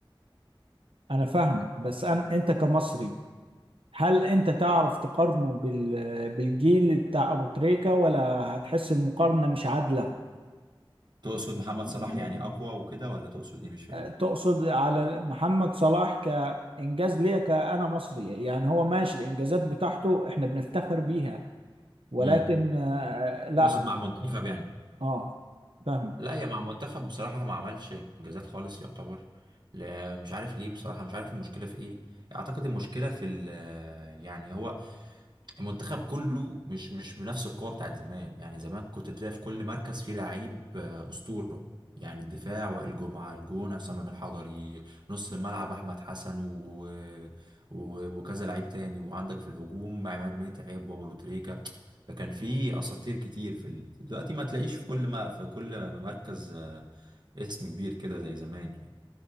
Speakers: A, on the right; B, on the right.
A: انا فاهمك بس أن... انت كمصري هل انت تعرف تقارنه بال... بالجيل بتاع ابو تريكة ولا هتحس المقارنة مش عادلة
B: تقصد محمد صلاح يعني اقوى وكده ولا تقصد ايه مش فاهم
A: أه، تقصد على محمد صلاح كإنجاز ليا كأنا مصري يعني هو ماشي الإنجازات بتاعته احنا بنفتخر بيها ولكن
B: امم
A: آه، لا
B: تقصد مع منتخب يعني
A: اه فاهمك
B: لا هي مع منتخب بصراحة ما عملش انجازات خالص يعتبر لا مش عارف ليه بصراحة مش عارف المشكلة في ايه اعتقد المشكلة في ال- آه، يعني هو المنتخب كله مش مش بنفس القوة بتاعت زمان يعني زمان كنت تلاقي في كل مركز فيه لعيب آه، أسطورة يعني الدفاع وائل جمعة الجون عصام الحضري نص الملعب أحمد حسن و... و... وكذا لعيب تاني وعندك في الهجوم عماد متعب وأبو تريكة فكان في أساطير كتير في ال... دلوقتي ما تلاقيش في كل ما في كل مركز آه، اسم كبير كده زي زمان يعني.